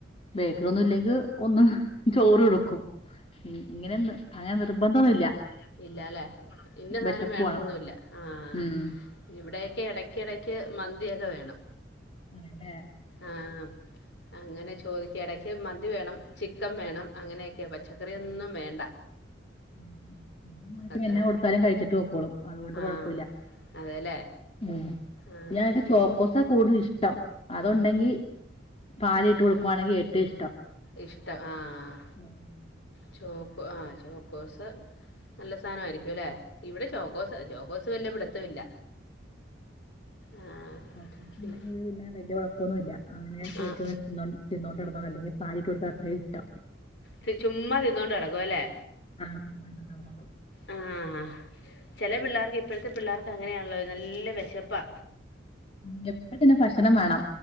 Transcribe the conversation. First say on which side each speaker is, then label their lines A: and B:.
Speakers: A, on the left; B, on the left.
A: ബേക്കറി ഒന്നും ഇല്ലെങ്കി ഒന്ന് ചോറ് കൊടുക്കും ഇങ്ങനെന്ന് അങ്ങനെ നിർബന്ധോന്നു
B: ബന്ധോന്നൂല്ല ഇല്ല അല്ലെ ഇന്ന സാധനം
A: വിശപ്പ്
B: വേണോന്നൊന്നുല്ല
A: പോണം
B: ആഹ്
A: ഉം
B: ഇവിടേക്കെ എടക്കെടക്ക് മന്തിയക്കെ വേണം
A: ആന്നെല്ലേ
B: ആഹ് അങ്ങനെ ചോദിക്ക് ഇടക്ക് മന്തി വേണം ചിക്കൻ വേണം അങ്ങനെയെക്കെയ പച്ചക്കറിയൊന്നും വേണ്ട
A: ഊ എന്റെ മോനത്രെ
B: അത്
A: എന്നാ
B: ആഹ്
A: കൊടുത്താലും കഴിച്ചിട്ട് പൊക്കോളും അതുകൊണ്ട്
B: ആഹ്
A: കൊഴപ്പ
B: അതെല്ലേ
A: ഉം
B: ആഹ്
A: ല്ലാര്ക്കും
B: ഇ
A: ചോക്കോസാ കൂടുതൽ ഇഷ്ടം അതൊണ്ടെങ്കി പാലീട്ട് കൊടുക്കുവാണെങ്കിഏറ്റവും ഇഷ്ടം
B: ഇഷ്ട്ടം ആഹ്
A: ഉം
B: ചോക്ക് ആഹ ചോക്കോസ് നല്ല സാനായിരിക്കും ല്ലെ ഇവടെ ചോക്കോസ് ചോക്കോസ് വല്യ പിടിത്ത ഇല്ല ആഹ്
A: ചോക്കോസ് ഉണ്ടെങ്കി പിന്നെ വല്യ കൊഴപ്പൊന്നുല്ല അങ്ങനെ ചേർത്ത്
B: ആഹ്
A: തിന്നാൻ തിന്നോണ്ട് നടന്നോളും അല്ലെങ്കിൽ പാലിലിട്ടു കൊടുത്താ അത്രീം ഇഷ്ടം
B: ചു ചുമ്മാ തിന്നോണ്ട് നടക്കും അല്ലേ
A: ആഹ് ചുമ്മാ തിന്നോണ്ടട്ന്നോളും
B: ആഹ് ചെല പിള്ളേർക്ക് ഇപ്പഴത്തെ പിള്ളേർക്ക് അങ്ങനെയാണല്ലോ നല്ല വെശപ്പാ
A: ഉം എപ്പഴും തന്നെ ഭക്ഷണം വേണം